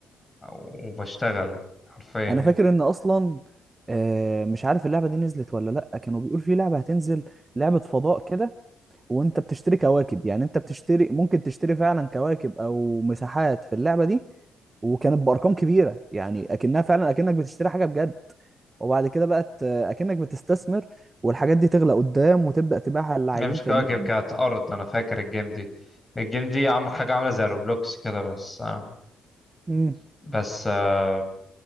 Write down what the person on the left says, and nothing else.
وبشتغل حرفيا يعني
هي مش
كواكب كانت أرض أنا فاكر الجيم دي الجيم دي عامل حاجة عاملة زي روبلوكس كده بس آه،
بس آه،